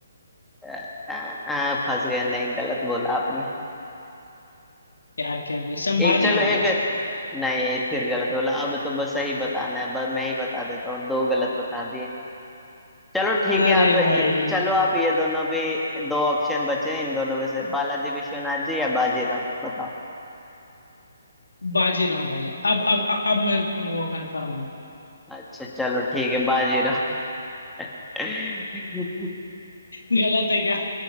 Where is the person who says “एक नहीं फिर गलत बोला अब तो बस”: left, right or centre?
Centre